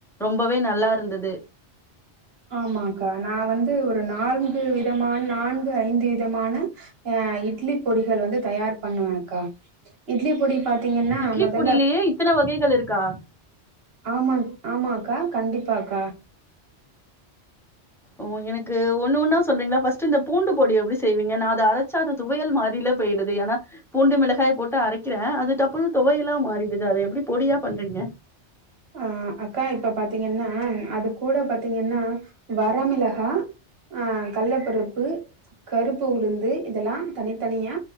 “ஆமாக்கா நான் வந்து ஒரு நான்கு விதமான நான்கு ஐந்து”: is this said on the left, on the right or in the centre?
Right